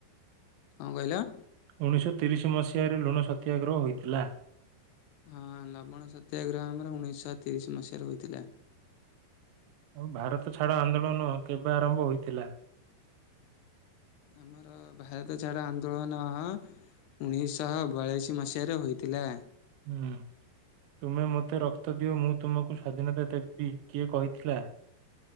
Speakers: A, on the left; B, on the right.
A: କଁ କହିଲ।
B: ଉଣେଇଶହ ତିରିଶ ମସିହାରେ ଲୁଣ ସତ୍ୟାଗ୍ରହ ହୋଇଥିଲା।
A: ହଁ ଲବଣ ସତ୍ୟାଗ୍ରହ ଆମର ଉଣେଇଶହ ତିରିଶି ମସିହାରେ ହୋଇଥିଲା।
B: ଆଉ ଭାରତ ଛାଡ ଆନ୍ଦୋଳନ କେବେ ଆରମ୍ଭ ହୋଇଥିଲା।
A: ଆମର ଭାରତ ଛାଡ ଆନ୍ଦୋଳନ। ଉଣେଇଶହ ବୟାଳିଶ ମସିହାରେ ହୋଇଥିଲା।
B: ହୁଁ ତୁମେ ମୋତେ ରକ୍ତ ଦିଅ ମୁଁ ତୁମକୁ ସ୍ଵାଧୀନତା ଦେବି କିଏ କହିଥିଲା।